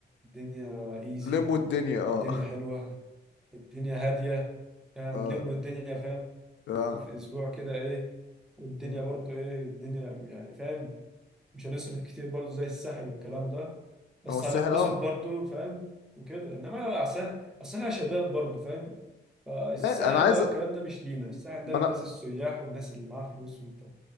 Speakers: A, in the centre; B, on the left.
A: الدنيا ايزي
B: لموا الدنيا اه
A: الدنيا حلوه الدنيا هاديه يعني
B: اه
A: نلم الدنيا فاهم
B: اه
A: في اسبوع كده ايه والدنيا
B: مم.
A: برضو ايه الدنيا يعني فاهم مش هنصرف كتير برضو زي الساحل والكلام ده بس
B: هو الساحل
A: هنتبسط
B: اه
A: برضو فاهم وكده انما لو عسل اصل احنا شباب برضو فاهم فالساحل
B: ما انا عايز
A: بقى والكلام ده مش لينا الساحل
B: ما
A: ده للناس
B: انا
A: السياح والناس اللي معاها فلوس وانت